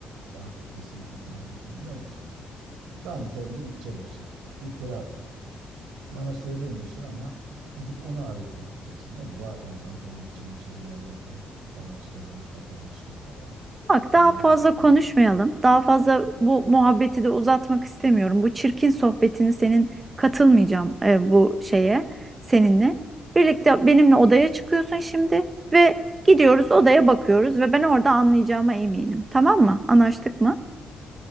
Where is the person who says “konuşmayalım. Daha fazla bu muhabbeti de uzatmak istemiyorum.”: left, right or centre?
Right